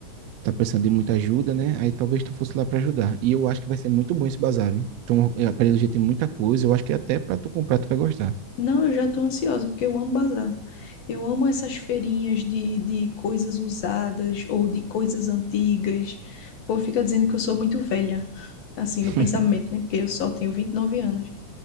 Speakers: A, on the right; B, on the left.
A: tá precisando de muita ajuda, né? Aí talvez tu fosse lá para ajudar. E eu acho que vai ser muito bom esse bazar, hein? Então, a Parelho já tem muita coisa, eu acho que até para tu comprar tu vai gostar.
B: Não, eu já estou ansiosa, porque eu amo bazar. Eu amo essas feirinhas de, de coisas usadas ou de coisas antigas. O povo fica dizendo que eu sou muito velha, assim,
A: <laughs>
B: no pensamento, né? Porque eu só tenho 29 anos.